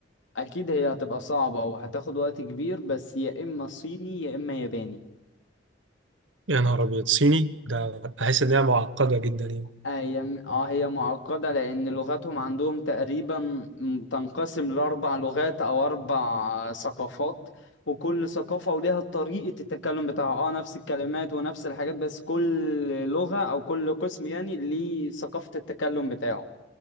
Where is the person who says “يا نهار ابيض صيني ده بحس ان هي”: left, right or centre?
Right